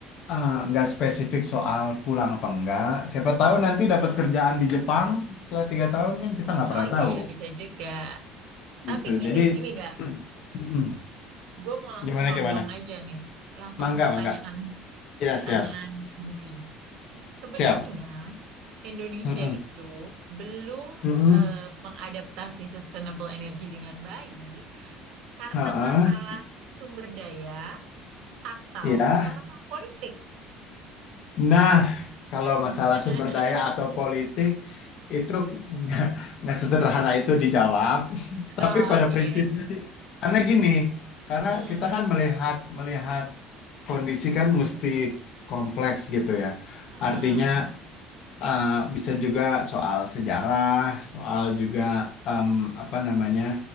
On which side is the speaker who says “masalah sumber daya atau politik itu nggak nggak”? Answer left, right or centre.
Left